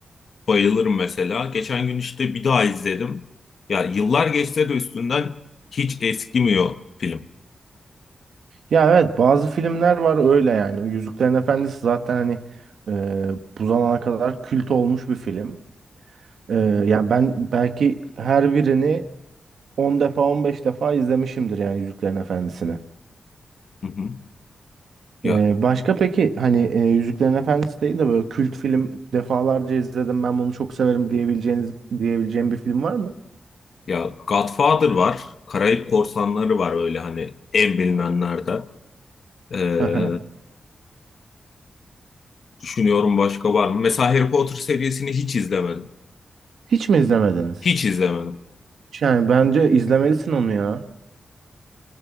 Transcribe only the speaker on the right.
Ya evet bazı filmler var öyle yani. Yüzüklerin Efendisi zaten hani e, bu zamana kadar kült olmuş bir film. E, yani ben belki her birini 10 defa 15 defa izlemişimdir yani Yüzüklerin Efendisi'ni.
E, başka peki hani e, Yüzüklerin Efendisi değil de böyle kült film defalarca izledim ben bunu çok severim diyebileceğiniz diyebileceğim bir film var mı?
Hı hı.
Hiç mi izlemediniz?
Yani bence izlemelisin onu ya.